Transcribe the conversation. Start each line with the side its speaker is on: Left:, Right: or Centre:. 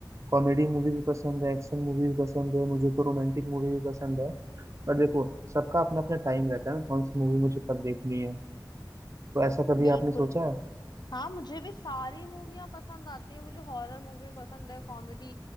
Right: कॉमेडी मूवी भी पसंद है एक्शन मूवी भी पसंद है मुझे तो रोमांटिक मूवी भी पसंद है पर देखो सबका अपना अपना टाइम रहता है ना कौन सी मूवी मुझे कब देखनी है तो ऐसा कभी
Left: बिल्कुल
Right: आपने सोचा है
Left: हाँ मुझे भी सारी मूवियाँ पसंद आती है मुझे हॉरर मूवी पसंद है कॉमेडी